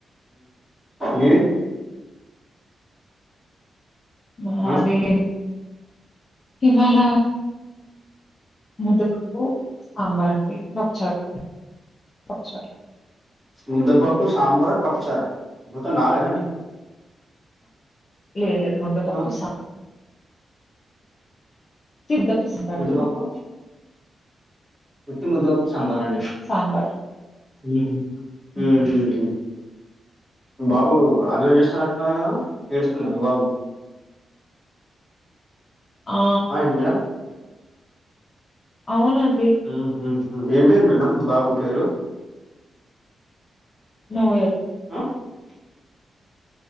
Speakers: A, in the centre; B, on the left.
A: మీది
B: మాది
A: ఆ
B: ఇవాళ ముద్ద పప్పు సాంబార్ అండి పప్పు చారు పప్పుచారు
A: ముద్దపప్పు, సాంబార్, పప్పుచార మొత్తం నాలుగ అండి.
B: లే లేదు ముద్దపప్పు
A: ఆ
B: సా తప్పు సంబారాల
A: ముద్దపప్పు ఉత్తి ముద్దపప్పు, సాంబార్ అండి
B: సాంబార్
A: ఉహ
B: హ్మ్.
A: హు హు హూ బాబు అలోచచస్తున్నట్టున్నాది, కదా ఏడుస్తున్నాడా మీ బాబు.
B: ఆ
A: ఏంటి మేడం
B: అవునం
A: ఉ హూ హు ఏం పేరు మేడం మీ బాబు పేరు
B: నోయల్
A: <unintelligible>